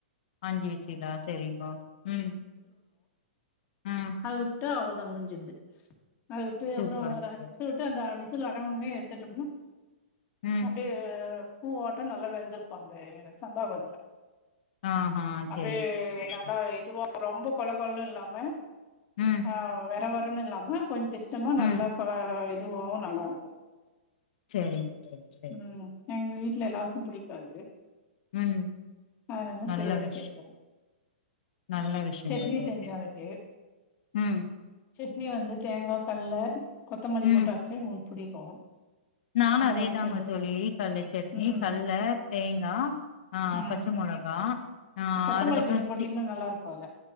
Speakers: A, on the left; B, on the left.
A: அஞ்சு விசிலா சரிங்கோ ம் ம்
B: அது ட்டா அவ்ளதா முடிஞ்சுது ஆ இப்டியே
A: சூப்பருங்க
B: அப்புறோ ஒரு அஞ்சு
A: தோழி
B: விசில் விட்டு அந்த வி சிலு அடங்குனவுட்னே எடுத்துட்டம்னா
A: ம்
B: அப்டியே ஆ பூவாட்டோ நல்லா வெந்திருக்கு அந்த சம்பா கோதும
A: ஆஹா சரிங்க
B: அப்டியே
A: தோழி,
B: நல்லா
A: சரி
B: இதுவா ரொம்போ கொழகொழன்னு இல்லாம
A: ம்
B: ஆ வற வ றன்னு இல்லாம கொஞ்ச இஷ்டமா நல்லா
A: ம்
B: கொழ இதுவு நல்லா இருக்கு
A: சேரிங்க தோழி சேரிங்
B: ம் எங்க வீட்ல எல்லாருக்கு புடிக்கு அது
A: ம்
B: அதுனால
A: நல்ல
B: சுழியொ
A: விஷயம்
B: செஞ்சொ
A: நல்ல விஷயங்க
B: சட்னி
A: தோழி
B: செஞ்சொ அதுக்கு
A: ம்
B: சட்னி வந்து தேங்கா கல்ல கொத்தமல்லி
A: ம்
B: போட்டாச்சு புடிக்கு
A: நானு
B: அந்த
A: அதே
B: மாரி
A: தாங்க
B: செஞ்சு
A: தோழி கல்ல சட்னி
B: ம்
A: கல்ல தேங்கா ஆ
B: ம்
A: பச்ச மொளகா ஆ
B: கொத்தமல்லி
A: அதுக்கப்றொ
B: கொஞ்சோ போட்டீங்கன்னா
A: தி
B: நல்லா இருக்கு அதுல